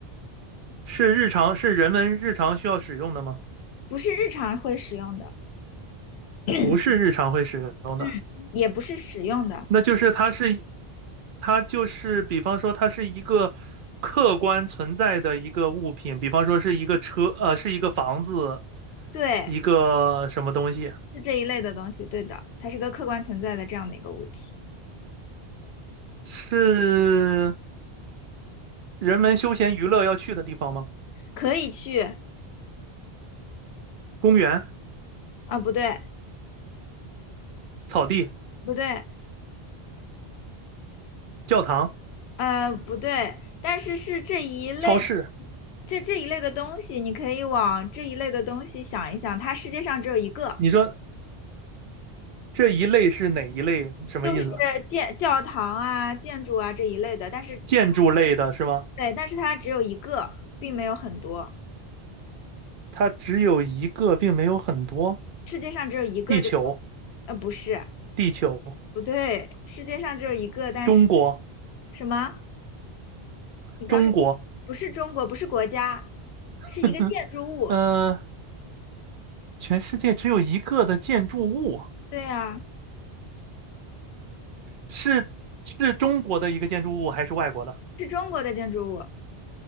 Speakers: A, on the right; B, on the left.
A: 是日常是人们日常需要使用的吗？
B: 不是日常会使用的，<coughs>
A: 不是日常会使用的。
B: <clears throat> 嗯，也不是使用的。
A: 那就是它是，它就是比方说它是一个客观存在的一个物品，比方说是一个车，呃，是一个房子，
B: 对，
A: 一个什么东西，
B: 是这一类的东西，对的，它是个客观存在的这样的一个物体，
A: 是人们休闲娱乐要去的地方吗？
B: 可以去
A: 公园、
B: 啊，不对，
A: 草地、
B: 不对，
A: 教堂、
B: 呃，不对，但是是这一类的，
A: 超市，
B: 这这一类的东西，你可以往这一类的东西想一想，它世界上只有一个，
A: 你说这一类是哪一类？什么意思？
B: 就是建教堂啊、建筑啊这一类的，但是它
A: 建筑类的是吗？
B: 对，但是它只有一个，并没有很多，
A: 它只有一个，并没有很多。
B: 世界上只有一个这个东西，
A: 地球，
B: 呃，不是，
A: 地球，
B: 不对，世界上只有一个，但是
A: 中国，
B: 什么？你刚说
A: 中国，
B: 不是中国，不是国家，是一个建筑物。
A: <laughs> 嗯、全世界只有一个的建筑物，
B: 对呀，
A: 是是中国的一个建筑物还是外国的？
B: 是中国的建筑物。